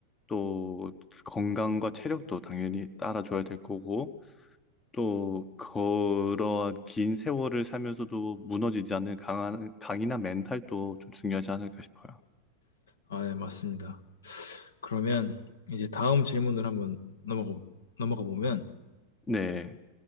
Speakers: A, on the left (about 15°); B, on the left (about 65°).
A: 또 건강과 체력도 당연히 따라줘야 될 거고 또 그러한 긴 세월을 살면서도 무너지지 않는 강한 강인한 멘탈도 좀 중요하지 않을까 싶어요.
B: 아, 네, 맞습니다. 그러면 이제 다음 질문을 한번 넘어가, 넘어가 보면,
A: 네.